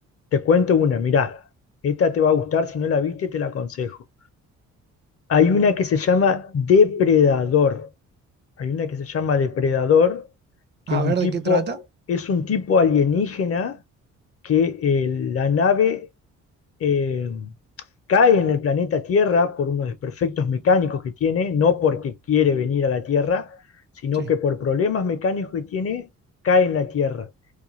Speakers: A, on the left; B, on the right.
A: te cuento una, mirá, esta te va a gustar, si no la viste, te la aconsejo. Hay una que se llama Depredador. Hay una que se llama Depredador, que
B: a
A: es un
B: ver
A: tipo,
B: de qué trata.
A: es un tipo alienígena que eh, la nave eh, cae en el planeta Tierra por unos desperfectos mecánicos que tiene, no porque quiere venir a la Tierra, sino
B: Sí,
A: que por problemas mecánicos que tiene, cae en la Tierra.